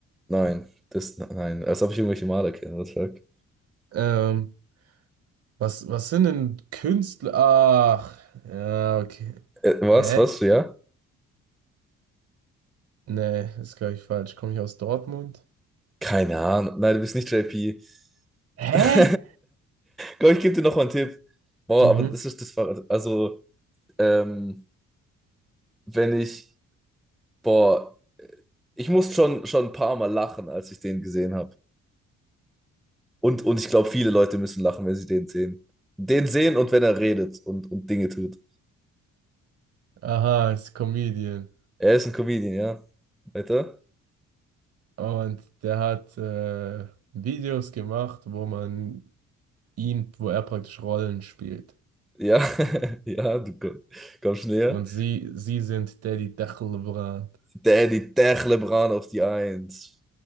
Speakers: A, in the centre; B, on the right.
A: nein. Das, nein, als ob ich irgendwelche Maler kenne, was sag.
B: Ähm, was, was sind denn Künstler? Ach, ja, okay.
A: Äh, was,
B: Äh?
A: was, ja?
B: Nee, ist, gleich falsch. Komme ich aus Dortmund?
A: Keine Ahnung. Nein, du bist nicht JP.
B: Hä?
A: <laughs> Komm, ich gebe dir noch mal einen Tipp. Boah,
B: Mhm.
A: aber das ist das war also ähm, wenn ich boah, ich muss schon schon ein paar Mal lachen, als ich den gesehen habe. Und und ich glaube, viele Leute müssen lachen, wenn sie den sehen. Den sehen und wenn er redet und und Dinge tut.
B: Aha, ist Comedian.
A: Er ist ein Comedian, ja. Weiter?
B: Und der hat äh, Videos gemacht, wo man ihn, wo er praktisch Rollen spielt.
A: Ja, <laughs> ja, du komm- kommst näher.
B: Und sie, sie sind Daddy Dachel
A: Der die Techlebrand auf die Eins.